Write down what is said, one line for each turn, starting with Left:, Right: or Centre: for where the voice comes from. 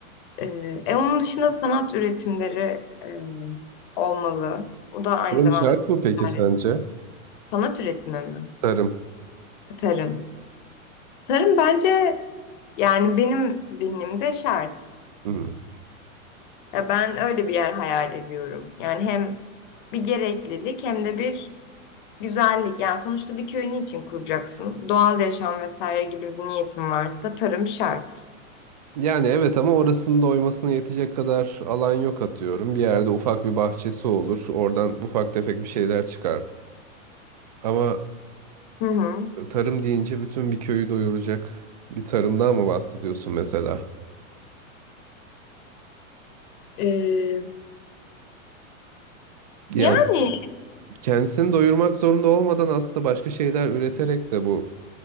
Left: E, e, onun dışında sanat üretimleri e, olmalı. O da aynı
Right: Tarım
Left: zamanda
Right: şart
Left: bir
Right: mı peki
Left: ticaret.
Right: sence?
Left: Sanat üretimi mi?
Right: Tarım.
Left: Tarım. Tarım bence yani benim zihnimde şart.
Right: Hı.
Left: Ya ben öyle bir yer hayal ediyorum. Yani hem bir gereklilik hem de bir güzellik. Yani sonuçta bir köyün için kuracaksın? Doğal yaşam vesaire gibi bir niyetin varsa tarım şart.
Right: Yani evet ama orasının da oymasına yetecek kadar alan yok atıyorum. Bir yerde ufak bir bahçesi olur. Oradan ufak tefek bir şeyler çıkar. Ama
Left: Hı hı.
Right: tarım deyince bütün bir köyü doyuracak bir tarımdan mı bahsediyorsun mesela?
Left: Ee,
Right: Yani
Left: Yani
Right: kendisini doyurmak zorunda olmadan aslında başka şeyler üreterek de bu